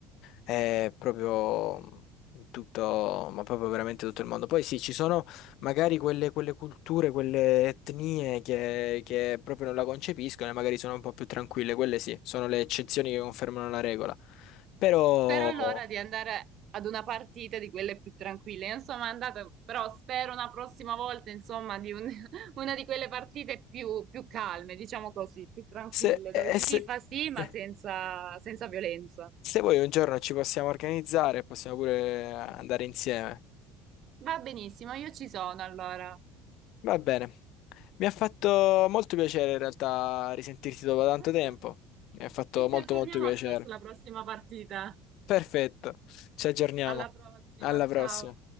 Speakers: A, on the left; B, on the right.
A: è proprio in tutto, ma proprio veramente tutto il mondo. Poi sì, ci sono magari quelle, quelle culture, quelle etnie che, che proprio non la concepiscono e magari sono un po' più tranquille, quelle sì, sono le eccezioni che confermano la regola. Però
B: Spero allora di andare ad una partita di quelle più tranquille. Non sono andata, però spero una prossima volta, insomma, di un- <laughs> una di quelle partite più, più calme, diciamo così, più tranquille,
A: se, e
B: dove si
A: se-
B: tifa sì, ma
A: <laughs>
B: senza, senza violenza.
A: Se vuoi un giorno ci possiamo organizzare, possiamo pure andare insieme.
B: Va benissimo, io ci sono allora.
A: Va bene. Mi ha fatto molto piacere in realtà risentirti dopo tanto
B: Ah,
A: tempo.
B: sì.
A: Mi ha fatto
B: E ci
A: molto
B: aggiorniamo
A: molto piacere.
B: allora sulla prossima partita.
A: Perfetto, ci aggiorniamo.
B: Alla prossima,
A: Alla
B: ciao.
A: prossima.